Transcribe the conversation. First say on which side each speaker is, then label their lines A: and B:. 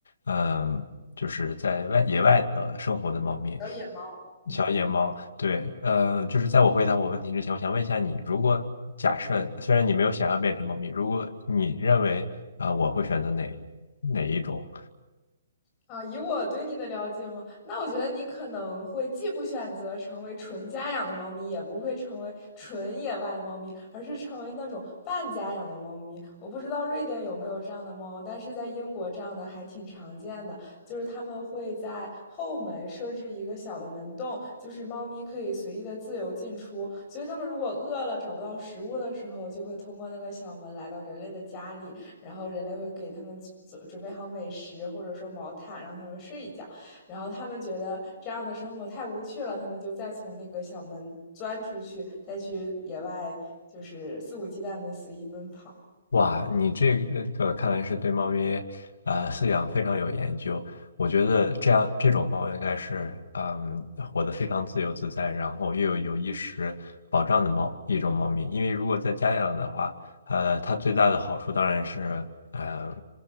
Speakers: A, on the left; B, on the left.
A: 嗯，就是在外野外的生活的猫咪，
B: 小野猫。嗯。
A: 小野猫。对，呃，就是在我回答我问题之前，我想问一下你，如果假设虽然你没有想要变成猫咪，如果你认为啊，呃我会选择哪哪一种？
B: 啊，以我对你的了解嘛，那我觉得你可能会既不选择成为纯家养的猫咪，也不会成为纯野外的猫咪，而是成为那种半家养的猫咪。我不知道瑞典有没有这样的猫，但是在英国这样的还挺常见的，就是他们会在后门设置一个小的门洞，就是猫咪可以随意的自由进出。所以它们如果饿了找不到食物的时候，就会通过那个小门来到人类的家里。然后人类会给他们准准备好美食，或者说毛毯让他们睡一觉，然后他们觉得这样的生活太无趣了，他们就再从那个小门钻出去，再去野外就是肆无忌惮的随意奔跑。
A: 哇，你这个看来是对猫咪呃饲养非常有研究。我觉得这样这种猫应该是嗯活得非常自由自在，然后又有有衣食保障的猫一种猫咪。因为如果在家养的话，呃，它最大的好处当然是呃